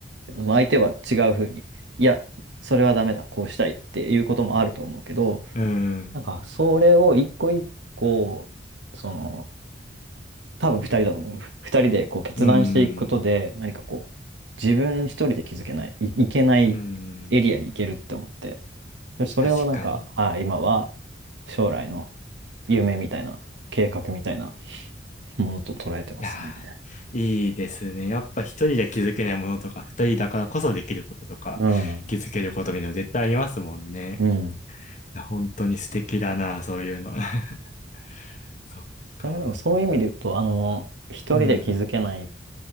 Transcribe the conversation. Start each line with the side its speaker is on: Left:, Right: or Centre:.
Right: その相手は違うふうに、いや、それはダメだ、こうしたいっていうこともあると思うけど、
Left: うん。
Right: なんか、それを一個一個、その、多分二人だと思う。二人でこう決断していくことで、
Left: うん。
Right: 何かこう、自分一人で気づけない、い、いけない
Left: うん。
Right: エリアに行けるって思って、でそれをなんか、
Left: 確かに。
Right: ああ、
Left: い
Right: 今は将来の夢みたいな、計画みたいなものと捉えてますね。
Left: やー、いいですね。やっぱ一人で気づけないものとか、二人だからこそできることとか、
Right: うん。
Left: 気づけることみたいなの絶対ありますもんね。
Right: うん。
Left: いや、本当に素敵だな、そういうの。<laughs> そっか。
Right: それはでもそういう意味で言うと、あの、一人で気づけない
Left: うん。